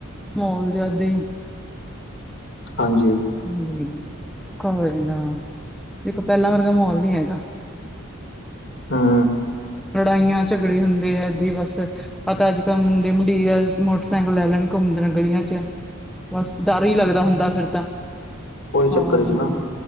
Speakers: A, in the centre; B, on the left.
A: ਹੋਰ ਜਿਆਦਾ ਈ
B: ਹਾਂਜੀ।
A: ਹਾਂਜੀ ਕੋਈ ਨਾ ਦੇਖੋ ਪਹਿਲਾਂ ਵਰਗਾ ਮਾਹੌਲ ਨੀ ਹੈਗਾ।
B: ਹੂੰ।
A: ਲੜਾਈਆਂ ਝਗੜੇ ਹੁੰਦੇ ਆ ਐਦਾ ਈ ਬਸ। ਪਤਾ ਅੱਜ-ਕੱਲ ਮੁੰਡੇ ਮੁੰਡੀਰ ਮੋਟਰਸੈਕਲ ਲੈ ਲੈਣ ਘੁੰਮਦੇ ਨੇ ਗਲੀਆਂ 'ਚ ਬਸ ਡਰ ਈ ਲੱਗਦਾ ਹੁੰਦਾ ਫਿਰ ਤਾਂ,
B: ਉਹੀ
A: ਹਾਂ
B: ਚੱਕਰ ਚ ਨਾ
A: ਹ